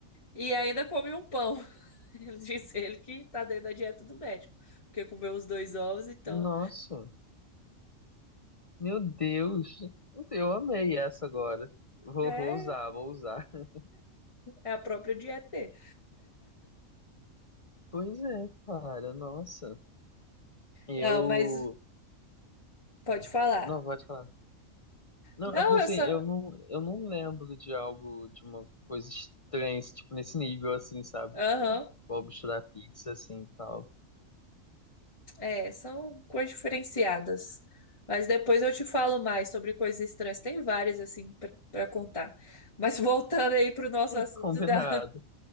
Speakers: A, on the left; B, on the left.
A: e ainda come um pão. <laughs> Ele Diz ele que tá dentro da dieta do médico, porque comeu os dois ovos, então
B: Nossa, meu Deus. Eu amei essa agora. Vou,
A: é,
B: vou usar, vou usar. <laughs>
A: é a própria dieta dele.
B: Pois é, cara, nossa. Eu.
A: Não, mas pode falar.
B: Não, pode falar. Não,
A: Não,
B: é porque assim,
A: eu só.
B: eu não, eu não lembro de algo, de uma coisa estranha, assim, tipo, nesse nível, assim, sabe?
A: Aham,
B: Tipo, vou misturar pizza, assim, e tal.
A: é, são coisas diferenciadas. Mas depois eu te falo mais sobre coisas estranhas. Tem várias, assim, pra pra contar. Mas <laughs> voltando aí pro nosso assunto
B: Combinado.
A: da